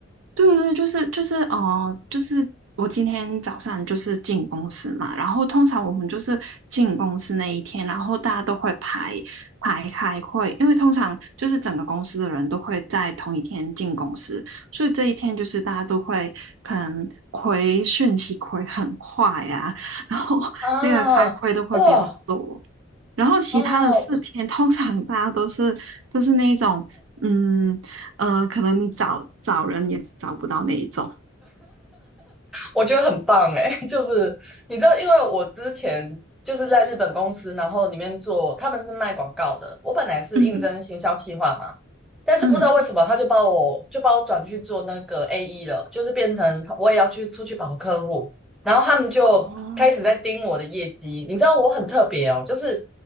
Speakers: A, on the right; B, in the centre.
A: 对对，就是就是呃，就是我今天早上就是进公司嘛，然后通常我们就是进公司那一天，然后大家都会排排开会，因为通常就是整个公司的人都会在同一天进公司，所以这一天就是大家都会可能回讯息回很快啊，<laughs> 然后那个开会都会比较多。
B: 啊，哇，
A: 然后其他的四天
B: 哦，
A: <laughs>，通常大家都是都是那一种，嗯呃，可能你找找人也找不到那一种，
B: 我觉得很棒哎、<laughs> 就是你知道，因为我之前就是在日本公司，然后里面做，他们是卖广告的。我本来是应征行销企划嘛，
A: 嗯
B: 但是不知道为什么他就把我就把我转去做那个
A: 嗯，
B: AE 了，就是变成我也要去出去跑客户，然后他们就开始在盯我的业绩。
A: 哦
B: 你知道我很特别哦，就是